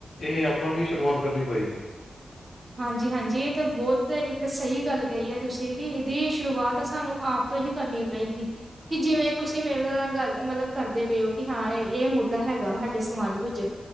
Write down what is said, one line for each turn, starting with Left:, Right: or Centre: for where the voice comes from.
Left: ਇਹ ਆਪਾਂ ਨੂੰ ਹੀ ਸ਼ੁਰੂਆਤ ਕਰਨੀ ਪਏਗੀ।
Right: ਹਾਂਜੀ-ਹਾਂਜੀ, ਇਹ ਤਾਂ ਬਹੁਤ ਇੱਕ ਸਹੀ ਗੱਲ ਕਹੀ ਐ, ਤੁਸੀਂ ਕਿ ਇਹਦੀ ਸ਼ੁਰੂਆਤ ਸਾਨੂੰ ਆਪ ਤੋਂ ਹੀ ਕਰਨੀ ਪਏਗੀ। ਕਿ ਜਿਵੇਂ ਤੁਸੀਂ ਮੇਰੇ ਨਾਲ ਗੱਲ ਮਤਲਬ ਕਰਦੇ ਪਏ ਹੋ, ਕਿ ਹਾਂ ਇਹ ਇਹ ਮੁੱਦਾ ਹੈਗਾ ਸਾਡੇ ਸਮਾਜ ਵਿੱਚ।